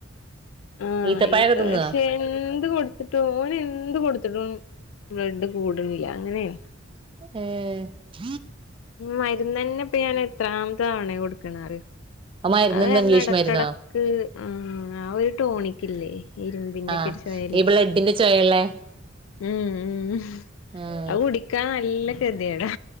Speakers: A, on the left (about 75°); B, on the right (about 25°).
A: ആഹ
B: ഈത്തപ്പഴൊക്കെ
A: ഈത്ത
B: തിന്നോ
A: പക്ഷേ എന്ത് കൊടുത്തിട്ടും ഓന എന്ത് കൊടുത്തിട്ടും ബ്ലഡ് കൂടണില്ല അങ്ങനെയ
B: ഉം
A: മരുന്ന് തന്നെപ്പ ഞാൻ എത്രാമത്തെ തവണ കൊടുക്കണറോ
B: ആ മരുന്നെന്താ
A: അത് കാരണം
B: ഇംഗ്ലീഷ്
A: ഇടക്കടക്ക്
B: മരുന്നോ
A: ആ ആ ഒരു ടോണിക്കില്ലേ ഇരുമ്പിന്റെറെ
B: ആഹ്
A: ഒക്കെ ഒരു സായല്ലേ
B: ഈ ബ്ലഡിന്റെ ചൊയള്ളേ
A: ഉം ഉ
B: ഉം
A: അ കുടിക്കാ നല്ല കരുതിേടാ